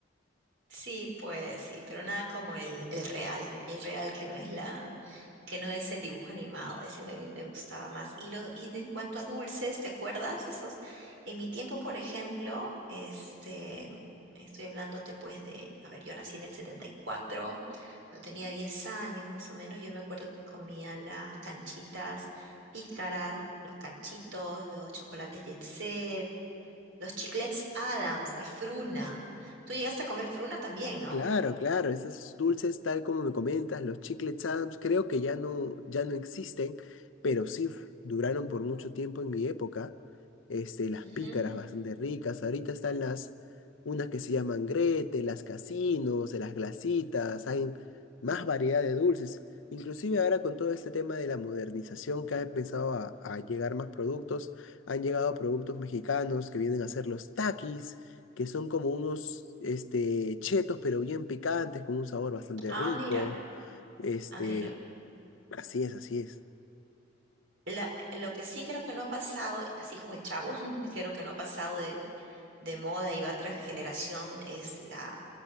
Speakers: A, on the right; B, on the left.
A: Sí, pues sí, pero nada como el, el real, el real que no es la, que no es el dibujo animado, ese me, me gustaba más. Y, lo, y de- en cuanto a dulces, ¿te acuerdas? Esos, en mi tiempo, por ejemplo, este, estoy hablándote pues de, a ver, yo nací en el 74 cuando tenía 10 años más o menos, yo me acuerdo que comía las canchitas pícaras, los cachitos, los chocolates Jet Set, los chiclets Adams, la fruna. Tú llegaste a comer fruna también, ¿no?
B: Claro, claro, esos dulces, tal como me comentas, los chiclets Adams, creo que ya no, ya no existen, pero sí f- duraron por mucho tiempo en mi época. Este, las
A: Ujú.
B: pícaras bastante ricas. Ahorita están las, unas que se llaman Grete, las casinos, las glacitas, hay más variedad de dulces. Inclusive ahora con todo este tema de la modernización que ha empezado a, a llegar más productos, han llegado productos mexicanos que vienen a ser los taquis que son como unos este, chetos, pero bien picantes, con un sabor bastante
A: Ah,
B: rico.
A: mira,
B: Este,
A: ah, mira.
B: así es, así es.
A: La- lo que sí creo que no ha pasado, así como el Chavo, <laughs> creo que no ha pasado de, de moda y va tras generación, es la,